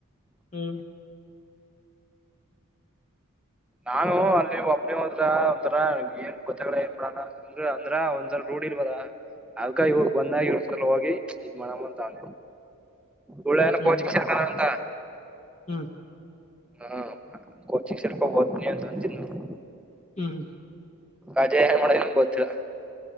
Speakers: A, on the left; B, in the centre.
A: ಹ್ಮ
B: ನಾನು ಅಲ್ಲಿ ಒಬ್ನ ಹದ್ರ ಒಂಂತರಾ ಏನ್ ಗೊತ್ತಾಗ ಏನ್ ಮಾಡಲ್ಲ ಅಂದ್ರ ಅಂದ್ರ ಒಂದ್ಸಲ ರೋಡಿ ಇಲ್ವಲ್ಲ. ಅದಕ್ಕ ಇದುಕ್ಕೆ
A: ಹ್ಮ್
B: ಒಂದಗಿರ್ ಸಲುವಾಗಿ ಮಾಡೋಣ ಅಂತ ಅಂದೆ. ಉಳ್ಳೆನು
A: ಹ್ಮ್
B: ಕೋಚಿಂಗ್ ಸೆಂಟರಂತಾ
A: ಹ್ಮ್
B: ಹು ಕೋಚಿಂಗ್ ಸ್ವಲ್ಪ ಓದ್ತೀನಿ ಅಂತಿದ್ನಪ್ಪ.
A: ಹ್ಮ್
B: ಇದೇನೇ ಮಾಡಿದ್ದಾನೆ ಗೊತ್ತಿಲ್ಲ.